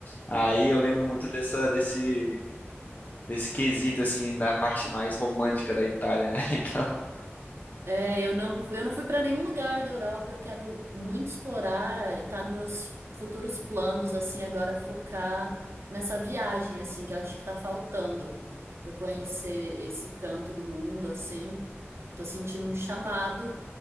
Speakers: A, on the left; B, on the right.
A: Aí eu lembro muito dessa, desse, desse quesito, assim, da parte mais romântica da Itália, né? <laughs> Então,
B: É, eu não, eu não fui para nenhum lugar da Europa. Eu quero muito explorar, tá nos meus futuros planos, assim, agora focar nessa viagem, assim, que eu acho que tá faltando. Eu conhecer esse canto do mundo, assim. Tô sentindo um chamado